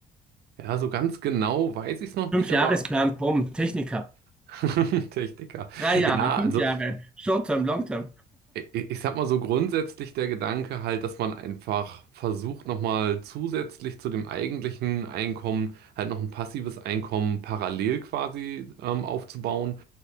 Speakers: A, on the right (about 70°); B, in the centre.
A: Ja, so ganz genau weiß ich es noch
B: Fünfjahresplan
A: nicht, aber
B: kommt, Techniker.
A: <laughs> Techniker.
B: Drei Jahre,
A: Ja,
B: fünf
A: also
B: Jahre, Short-Term, Long-Term.
A: ich, ich sag mal so grundsätzlich der Gedanke halt, dass man einfach versucht, nochmal zusätzlich zu dem eigentlichen Einkommen halt noch ein passives Einkommen parallel quasi ähm, aufzubauen